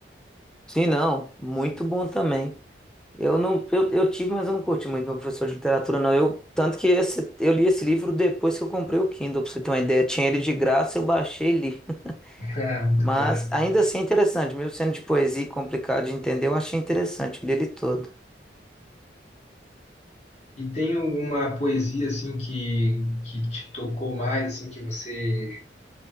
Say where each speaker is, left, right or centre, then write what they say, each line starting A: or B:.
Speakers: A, in the centre; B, on the left (about 35°).
A: Sim, não. Muito bom também. Eu não, eu, eu tive, mas eu não curti muito meu professor de literatura, não. Eu, tanto que esse, eu li esse livro depois que eu comprei o Kindle, pra você ter uma ideia. Tinha ele de graça, eu baixei e li. <laughs>
B: <laughs> Ah, muito
A: Mas
B: bom.
A: ainda assim é interessante, mesmo sendo de poesia e complicado de entender, eu achei interessante, eu li ele todo.
B: E tem alguma poesia assim que, que te tocou mais, assim, que você